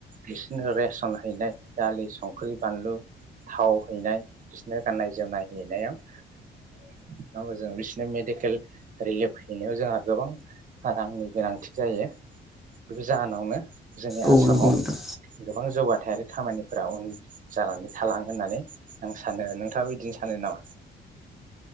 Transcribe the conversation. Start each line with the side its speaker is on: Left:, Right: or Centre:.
Right: बिसोरनो रेसन हैनाय दालि, संख्रि, बानलु, थाव हैनाय बिसोरनो गाननाय जोमनाय हैनायाव नङा होमबा जों बिसोरनो मेडिकेल रिलिफ हैनायाव जोंहा गोबां बा रांनि गोनांथि जायो बे जाहोनावनो जोंनि
Centre: औ
Right: आसामाव
Centre: नंगौ नोंथां
Right: गोबां जौगाथायारि खामानिफोरा उन जानानै थालाङो होननानै आं सानो आरो नोंथाङाबो बिदिनो सानो नामा?